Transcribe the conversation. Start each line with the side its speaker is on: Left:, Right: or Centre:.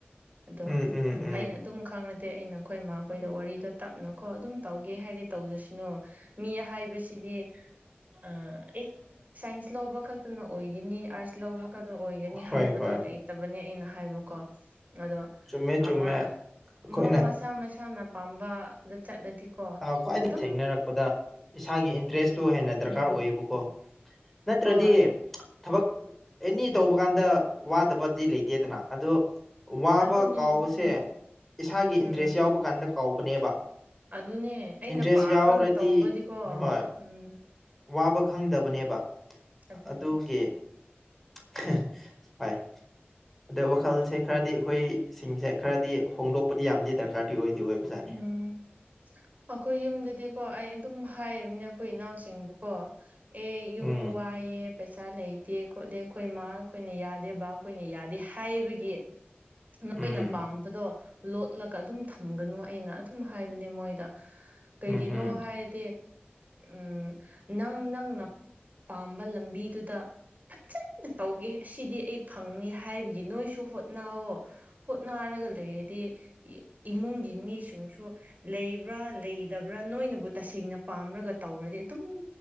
Right: ꯑꯗꯣ
Centre: ꯎꯝ ꯎꯝ ꯎꯝ
Right: ꯑꯩꯅ ꯑꯗꯨꯝ ꯈꯪꯉꯗꯦ ꯑꯩꯅ ꯈꯣꯏꯃꯈꯣꯏꯗ ꯋꯥꯔꯤꯗꯣ ꯇꯞꯅꯀꯣ ꯑꯗꯨꯝ ꯇꯧꯒꯦ ꯍꯥꯏꯔꯦ ꯇꯧꯖꯁꯅꯨ ꯃꯤ ꯍꯥꯏꯕꯁꯤꯗꯤ ꯑꯦ ꯁꯥꯏꯟꯁ ꯂꯧꯕ ꯈꯛꯇꯅ ꯑꯣꯏꯒꯅꯤ ꯑꯥꯔꯠꯁ ꯂꯧꯕꯒꯗꯣ ꯑꯣꯏꯒꯅꯤ
Centre: ꯍꯣꯏ
Right: ꯍꯥꯏꯕꯗꯣ
Centre: ꯍꯣꯏ
Right: ꯂꯩꯇꯕꯅꯦ ꯑꯩꯅ ꯍꯥꯏꯕꯀꯣ ꯑꯗꯣ
Centre: ꯆꯨꯝꯃꯦ ꯆꯨꯝꯃꯦ
Right: ꯑꯃ
Centre: ꯑꯩꯈꯣꯏꯅ
Right: ꯑꯃ ꯃꯁꯥ ꯃꯁꯥꯅ ꯄꯥꯝꯕꯗ ꯆꯠꯂꯗꯤꯀꯣ
Centre: ꯑ ꯈ꯭ꯋꯥꯏꯗꯩ
Right: ꯑꯗꯨꯝ
Centre: ꯊꯦꯡꯅꯔꯛꯄꯗ ꯏꯁꯥꯒꯤ ꯏꯟꯇꯔꯦꯁꯇꯨ ꯍꯦꯟꯅ ꯗꯔꯀꯥꯔ
Right: ꯎꯝ
Centre: ꯑꯣꯏꯌꯦꯕꯀꯣ ꯅꯠꯇ꯭ꯔꯗꯤ
Right: ꯍꯣꯏ
Centre: ꯊꯕꯛ ꯑꯦꯅꯤ ꯇꯧꯕ ꯀꯥꯟꯗ ꯋꯥꯗꯕꯗꯤ ꯂꯩꯇꯦꯗꯅ ꯑꯗꯣ ꯋꯥꯕ
Right: ꯑꯗꯨꯅꯦ
Centre: ꯀꯥꯎꯕꯁꯦ
Right: ꯑꯗꯨꯅꯦ
Centre: ꯏꯁꯥꯒꯤ ꯏꯟꯇ꯭ꯔꯦꯁ
Right: ꯎꯝ
Centre: ꯌꯥꯎꯕ ꯀꯥꯟꯗ ꯀꯥꯎꯕꯅꯦꯕ
Right: ꯑꯗꯨꯅꯦ ꯑꯩꯅ
Centre: ꯏꯟꯇꯔꯦꯁ
Right: ꯄꯥꯝꯂꯒ
Centre: ꯌꯥꯎꯔꯗꯤ
Right: ꯇꯧꯕꯗꯤꯀꯣ
Centre: ꯍꯣꯏ
Right: ꯎꯝ
Centre: ꯋꯥꯕ ꯈꯪꯗꯕꯅꯦꯕ
Right: ꯑꯗꯨꯅꯦ
Centre: ꯑꯗꯨꯒꯤ <unintelligible> ꯄꯥꯏ ꯑꯗ ꯋꯥꯈꯜꯁꯦ ꯈꯔꯗꯤ ꯑꯩꯈꯣꯏ ꯁꯤꯡꯁꯦ ꯈꯔꯗꯤ ꯍꯣꯡꯗꯣꯛꯄꯗꯤ ꯌꯥꯝꯗꯤ ꯗꯔꯀꯥꯔꯗꯤ ꯑꯣꯏꯗꯤ ꯑꯣꯏꯕꯖꯥꯠ
Right: ꯎꯝ ꯑꯩꯈꯣꯏ ꯌꯨꯝꯗꯗꯤꯀꯣ ꯑꯩ ꯑꯗꯨꯝ ꯍꯥꯏꯔꯤꯕꯅꯦ ꯑꯩꯈꯣꯏ ꯏꯅꯥꯎꯁꯤꯡꯕꯨꯀꯣ ꯑꯦ ꯌꯨꯝ
Centre: ꯎꯝ
Right: ꯋꯥꯌꯦ ꯄꯩꯁꯥ ꯂꯩꯇꯦ ꯈꯣꯠꯂꯦ ꯑꯩꯈꯣꯏ ꯃꯥ ꯑꯩꯈꯣꯏꯅ ꯌꯥꯗꯦ ꯕꯥ ꯑꯩꯈꯣꯏꯅ ꯌꯥꯗꯦ ꯍꯥꯏꯕꯒꯤ ꯅꯣꯏꯅ
Centre: ꯎꯝ
Right: ꯄꯥꯝꯕꯗꯣ ꯂꯣꯠꯂꯒ ꯑꯗꯨꯝ ꯊꯝꯒꯅꯨ ꯑꯩꯅ ꯑꯗꯨꯝ ꯍꯥꯏꯕꯅꯦ ꯃꯣꯏꯗ ꯀꯩꯒꯤꯅꯣ
Centre: ꯎꯝꯍꯝ
Right: ꯍꯥꯏꯔꯗꯤ ꯎꯝ ꯅꯪ ꯅꯪꯅ ꯄꯥꯝꯕ ꯂꯝꯕꯤꯗꯨꯗ ꯐꯖꯅ ꯇꯧꯒꯦ ꯑꯁꯤꯗꯤ ꯑꯩ ꯐꯪꯅꯤ ꯍꯥꯏꯕꯒꯤ ꯅꯣꯏꯁꯨ ꯍꯣꯠꯅꯧꯋꯣ ꯍꯣꯠꯅꯔꯒ ꯂꯩꯔꯗꯤ ꯏꯃꯨꯡꯒꯤ ꯃꯤꯁꯤꯡꯁꯨ ꯂꯩꯕ꯭ꯔꯥ ꯂꯩꯇꯕ꯭ꯔꯥ ꯅꯣꯏꯅꯕꯨ ꯇꯁꯦꯡꯅ ꯄꯥꯝꯔꯒ ꯇꯧꯔꯗꯤ ꯑꯗꯨꯝ